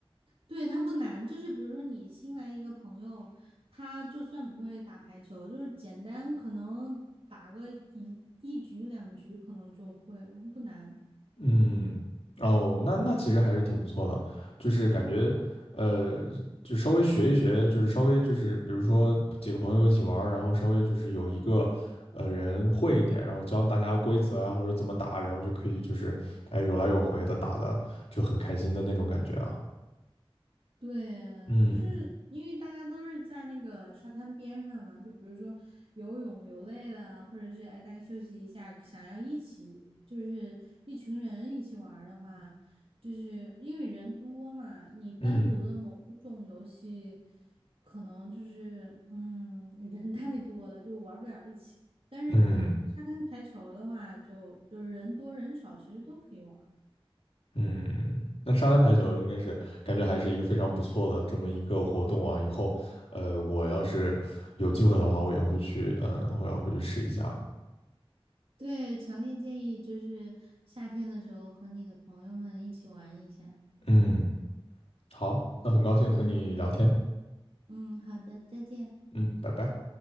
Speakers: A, on the right; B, on the left.
A: 对，它不难，就是比如说你新来一个朋友，他就算不会打排球，就是简单可能打个一一局两局可能就会了，不难。
B: 嗯，哦，那那其实还是挺不错的，就是感觉，呃，就稍微学一学，就是稍微就是，比如说几个朋友一起玩儿然后稍微就是有一个，呃，人会一点，然后教大家规则呀，或者怎么打，然后就可以就是，哎，有来有回的打的就很开心的那种感觉啊。
A: 对啊，
B: 嗯
A: 就是因为大家都是在那个沙滩边上嘛，就比如说游泳游累了，或者是哎大家休息一下，想要一起就是一群人一起玩儿的话，就是因为人多嘛，你单独的某一种游戏，
B: 嗯
A: 可能就是嗯 <laughs> 人太多了就玩不了一起。但是沙滩排球的话就就是人多人少其实都可以玩。
B: 嗯。嗯，那沙滩排球应该是感觉还是一个非常不错的这么一个活动啊。以后，呃，我要是有机会的话，我也会去，嗯、我要回去试一下。
A: 对，强烈建议就是夏天的时候和你的朋友们一起玩一下。
B: 嗯，好，那很高兴和你聊天。
A: 嗯嗯，好的，再见。
B: 嗯，拜拜。